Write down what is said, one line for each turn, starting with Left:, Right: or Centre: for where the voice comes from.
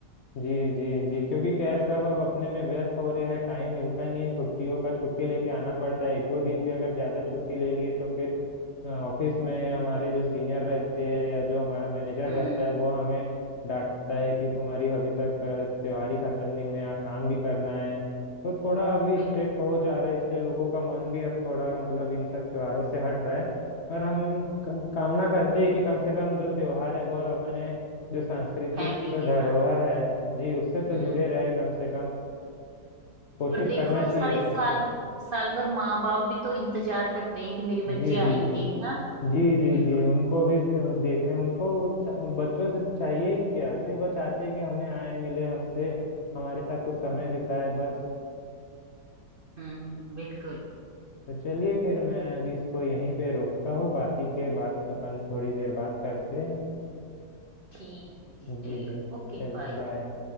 Left: जी जी जी क्योंकि क्या है सब अब अपने में व्यस्त हो रहे हैं टाइम मिलता नहीं है छुट्टियों का छुट्टी लेके आना पड़ता है एक दो दिन भी अगर ज़्यादा छुट्टी ले लिए तो फिर ऑफिस में हमारे जो सीनियर रहते हैं या जो हमारा मैनेजर
Right: हम्म
Left: रहता है वो हमें डांटता है कि तुम्हारी अभी तक अ, त्योहार ही खत्म नहीं हुए यहाँ काम भी करना है तो थोड़ा अभी
Right: बिल्कुल
Left: स्ट्रिक्ट हो जा रहा है इसलिए लोगों का मन भी अब थोड़ा मतलब इन सब त्योहारों से हट रहा है पर हम कम, कामना करते हैं कि कम से कम जो त्योहार है वो अपने जो सांस्कृतिक
Right: फैमिली के
Left: धरोहर
Right: साथ
Left: है जी उससे तो
Right: हम्म
Left: जुड़े रहे कम से कम कोशिश
Right: और देखो
Left: करना चाहिए
Right: सारे
Left: अपने
Right: साल
Left: को
Right: साल भर माँ बाप भी तो इंतजार करते हैं कि मेरे
Left: जी
Right: बच्चे आएंगे
Left: जी जी
Right: हाँ
Left: जी जी
Right: बिल्कुल
Left: जी उनको भी दे- देखने उनको चा- बच्चों से चाहिए ही क्या सिर्फ वो चाहते हैं कि हमें आए मिले हमसे हमारे साथ कुछ समय
Right: हम्म
Left: बिताए बस
Right: हम्म बिल्कुल
Left: तो चलिए फिर मैं अभी इसको यहीं पे रोकता हूँ बाकी के बात अपन थोड़ी देर बात करते हैं
Right: ठीक है जी,
Left: जी
Right: चलिए
Left: जी
Right: Okay
Left: चलिए
Right: bye
Left: बाय